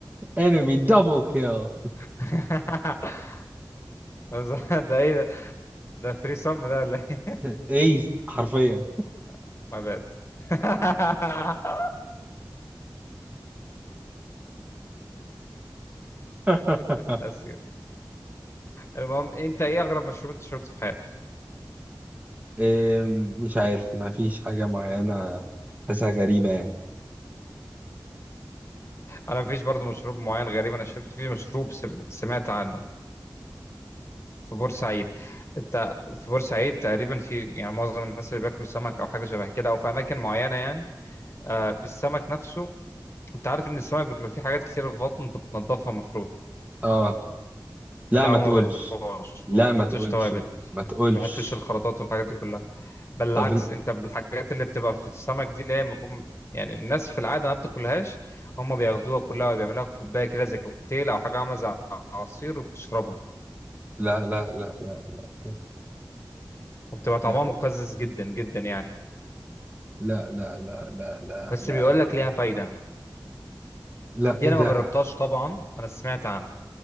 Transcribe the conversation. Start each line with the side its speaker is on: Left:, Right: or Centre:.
Right: انمي دبل كيل
Left: <laughs> بس ده ايه ده ده 3 سم ده ولا ايه
Right: <laughs> ايست حرفيا
Left: <laughs> ماي باد <laughs>
Right: <laughs>
Left: اسير المهم انت ايه اغرب مشروب انت شربته في حياتك
Right: إيه مش عارف ما فيش حاجة معينة حاسها غريبة يعني
Left: انا مفيش برضو مشروب معين غريب انا شربت فيه مشروب سم- سمعت عنه في بورسعيد انت في بورسعيد تقريبا في يعني معظم الناس اللي بياكلوا سمك او حاجه شبه كده او في اماكن معينه يعني آه السمك نفسه انت عارف ان السمك بتبقى فيه حاجات كتير في بطنه انت بتنضفها المفروض
Right: اه لا
Left: لا
Right: ما
Left: هو
Right: تقولش
Left: ما بينضفوهاش
Right: لا
Left: ما بيحطوش
Right: ما تقولش
Left: توابل
Right: ما ما تقولش
Left: ما بيحطوش الخلطات والحاجات دي كلها بل العكس
Right: طب ال-
Left: انت بالحاجات اللي بتبقى في السمك دي اللي هي المفروض يعني الناس في العاده ما بتاكلهاش هم بياخدوها كلها وبيعملوها كوبايه كده زي كوكتيل او حاجه عامله زي عصير وبتشربها
Right: لا لا لا لا لا
Left: وبتبقى طعمها
Right: لا
Left: مقزز جدا جدا يعني
Right: لا لا لا لا
Left: بس
Right: لا
Left: بيقول لك
Right: لا
Left: ليها فايده
Right: لا
Left: دي
Right: ايه
Left: انا
Right: ده
Left: ما جربتهاش طبعا انا سمعت عنها